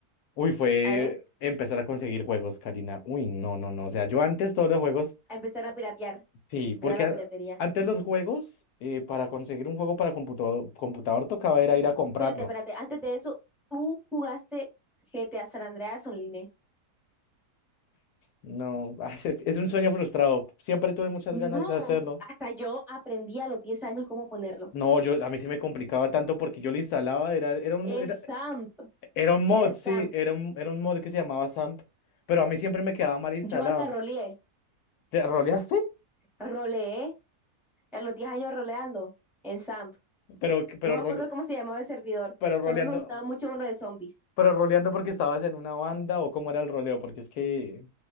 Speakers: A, on the left; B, in the centre.
A: Uy, fue
B: A ver,
A: empezar a conseguir juegos, Karina. Uy, no, no, no. O sea, yo antes todos los juegos,
B: a empezar a piratear.
A: sí,
B: Viva
A: porque
B: la
A: a-
B: piratería.
A: antes los juegos, eh, para conseguir un juego para computador, computador tocaba era ir a comprarlo.
B: Espérate, espérate. Antes de eso, tú jugaste GTA San Andreas Online.
A: No, <laughs> es, es un sueño frustrado. Siempre tuve muchas
B: No,
A: ganas de hacerlo
B: hasta yo aprendí a los 10 años cómo ponerlo.
A: No, yo a mí sí me complicaba tanto porque yo le instalaba, era, era un,
B: El
A: era,
B: SAMP,
A: era un mod,
B: era el
A: sí,
B: SAMP.
A: era un, era un mod que se llamaba SAMP, pero a mí siempre me quedaba mal instalado.
B: Yo hasta roleé,
A: ¿Te roleaste?
B: roleé a los 10 años roleando en SAMP.
A: Pero, que- pero,
B: No me
A: role-
B: acuerdo cómo se llamaba el servidor.
A: pero roleando,
B: También me gustaba mucho uno de zombies.
A: pero roleando porque estabas en una banda o cómo era el roleo, porque es que